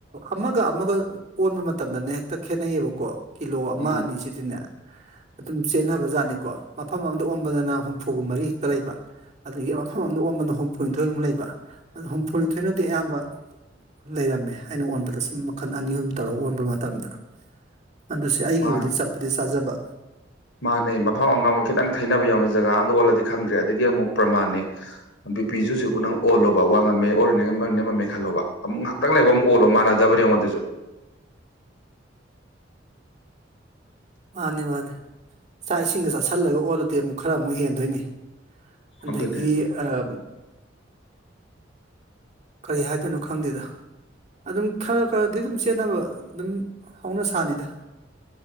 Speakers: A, on the right; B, on the left.
A: ꯑꯃꯒ ꯑꯃꯒ ꯑꯣꯟꯕ ꯃꯇꯝꯗꯅꯦ ꯍꯦꯛꯇ ꯈꯦꯠꯅꯩꯌꯦꯕꯀꯣ꯫ ꯀꯤꯂꯣ ꯑꯃ
B: ꯎꯝ
A: ꯑꯅꯤ ꯁꯤꯗꯤꯅꯦ ꯑꯗꯨꯝ ꯆꯦꯟꯅꯕ ꯖꯥꯠꯅꯤꯀꯣ ꯃꯐꯝ ꯑꯃꯗ ꯑꯣꯟꯕꯗꯅ ꯍꯨꯝꯐꯨꯒ ꯃꯔꯤ ꯍꯦꯛꯇ ꯂꯩꯕ ꯑꯗꯒꯤ ꯃꯐꯝ ꯑꯃꯗ ꯑꯣꯟꯕꯗꯅ ꯍꯨꯝꯐꯨꯅꯤꯊꯣꯏ ꯑꯃꯨꯛ ꯂꯩꯕ ꯑꯗꯨ ꯍꯨꯝꯐꯨꯅꯤꯊꯣꯏꯅꯗꯤ ꯑꯌꯥꯝꯕ ꯂꯩꯔꯝꯃꯦ ꯑꯩꯅ ꯑꯣꯟꯕꯗ ꯁꯨꯝ ꯃꯈꯜ ꯑꯅꯤ ꯑꯍꯨꯝ ꯇꯧꯔ ꯑꯣꯟꯕ ꯃꯇꯝꯗ꯫ ꯑꯗꯨ ꯁꯤ ꯑꯩꯒꯤꯕꯨꯗꯤ
B: ꯃꯥꯅꯦ
A: ꯆꯠꯄꯨꯗꯤ ꯆꯥꯖꯕ
B: ꯃꯥꯅꯦ ꯃꯐꯝ ꯑꯝꯒ ꯑꯝꯒ ꯈꯤꯇꯪ ꯊꯩꯅꯕ ꯌꯥꯎꯕꯅꯦ ꯖꯒꯥ ꯑꯝꯗ ꯑꯣꯜꯂꯗꯤ ꯈꯪꯗ꯭ꯔꯦ ꯑꯗꯒꯤ ꯑꯃꯨꯛ ꯄꯔꯥꯃꯥꯟꯅꯦ ꯕꯤꯄꯤꯖꯨ ꯍꯧꯖꯤꯛ ꯅꯪ ꯑꯣꯜꯂꯣꯕ ꯋꯥꯡꯉꯝꯃꯦ ꯑꯣꯔ ꯅꯦꯌꯦ_ ꯅꯦꯝꯃꯝꯃꯦ ꯈꯜꯂꯣꯕ ꯑꯃꯨꯛ ꯉꯥꯛꯇꯪ ꯂꯩꯕ ꯑꯃꯨꯛ ꯑꯣꯜꯂꯣ ꯃꯅꯗꯕꯅꯦ ꯌꯦꯡꯑꯣ ꯑꯗꯨꯖꯨ
A: ꯃꯥꯟꯅꯦ ꯃꯥꯟꯅꯦ ꯆꯥꯛ ꯏꯁꯤꯡꯒ ꯆꯥꯁꯤꯜꯂꯒ ꯑꯣꯜꯂꯗꯤ ꯑꯃꯨꯛ ꯈꯔ ꯑꯃꯨꯛ ꯍꯦꯟꯗꯣꯢꯅꯦ ꯑꯗꯒꯤ
B: ꯑꯗꯨꯅꯦ
A: ꯑꯥ ꯀꯔꯤ ꯍꯥꯏꯗꯨꯅꯣ ꯈꯪꯗꯦꯗ ꯑꯗꯨꯝ ꯈꯔ ꯈꯔꯗꯤ ꯑꯗꯨꯝ ꯆꯦꯟꯅꯕ ꯑꯗꯨꯝ ꯍꯧꯅ ꯁꯥꯅꯤꯗ